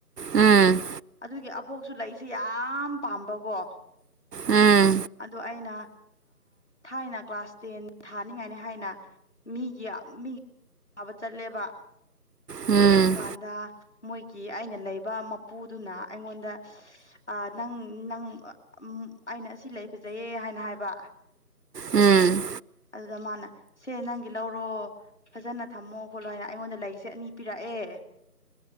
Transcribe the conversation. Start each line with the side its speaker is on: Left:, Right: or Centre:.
Right: ꯎꯝ
Left: ꯑꯗꯨꯒꯤ ꯑꯕꯣꯛꯁꯨ ꯂꯩꯏꯁꯦ ꯌꯥꯝ ꯄꯥꯝꯕꯀꯣ
Right: ꯎꯝ
Left: ꯑꯣ ꯑꯩꯅ ꯊꯥꯏꯅ ꯀ꯭ꯂꯥꯁ ꯇꯦꯟ ꯊꯥꯅꯤꯡꯉꯥꯏꯅꯤ ꯍꯥꯏꯅ ꯃꯤꯒꯤ ꯃꯤꯒꯤ ꯥꯕ ꯆꯠꯂꯦꯕ
Right: ꯎꯝ
Left: ꯑꯗꯨꯀꯥꯟꯗ ꯃꯣꯏꯒꯤ ꯑꯩꯅ ꯂꯩꯕ ꯄꯨꯗꯨꯅ ꯑꯩꯉꯣꯟꯗ ꯅꯪ ꯅꯪ ꯑꯩꯅ ꯑꯁꯤ ꯂꯩ ꯐꯖꯩꯌꯦ ꯍꯥꯏꯅ ꯍꯥꯏꯕ
Right: ꯎꯝ
Left: ꯑꯗꯨꯗ ꯃꯥꯅ ꯁꯦ ꯅꯪꯒꯤ ꯂꯧꯔꯣ ꯐꯖꯅ ꯊꯝꯃꯣ ꯈꯣꯠꯂꯣ ꯍꯥꯏꯅ ꯑꯩꯉꯣꯟꯗ ꯂꯩꯔꯤꯁꯦ ꯑꯅꯤ ꯄꯤꯔꯛꯑꯦ